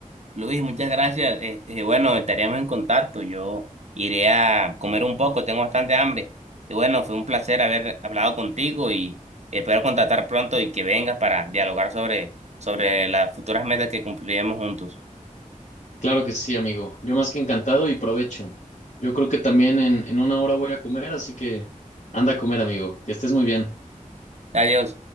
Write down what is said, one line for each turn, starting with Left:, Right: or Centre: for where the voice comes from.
Right: Luis, muchas gracias. Este, bueno, estaríamos en contacto. Yo iré a comer un poco, tengo bastante hambre. Y bueno, fue un placer haber hablado contigo y espero contactar pronto y que vengas para dialogar sobre, sobre las futuras metas que cumpliremos juntos.
Left: Claro que sí, amigo. Yo más que encantado y provecho. Yo creo que también en, en una hora voy a comer, así que anda a comer, amigo. Que estés muy bien.
Right: Adiós.